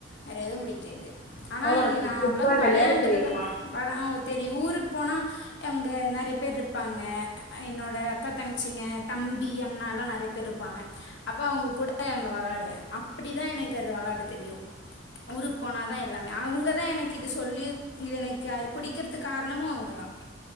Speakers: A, on the left; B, on the left.
A: வேற எதுவு புடிக்காது ஆனா
B: "ஓ, உனக்கு
A: நா
B: ஃபுட்பால்
A: அவ்ளோக்கு வௌயாண்டுதல்லா
B: விளையாட தெரியுமா
A: வர்லா ஓ தெரியு ஊருக்கு போனா எங்க நெறைய பேர் இருப் பாங்க என்னோட அக்கா தங்கச்சிங்க தம்பி அண்ணால்லா நெறைய பேர் இருப்பாங்க அப்ப அவுங்க கூட அங்க வெளயாடுவே அப்படிதா எனக் கு அது வெளாட தெரியு ஊருக்கு போனாதா எல்லாம் அவுங்க தா எனக்கு இது சொல்லி இது எனக்கு புடிக்கிறதுக்கு காரணமு அவுங்க தா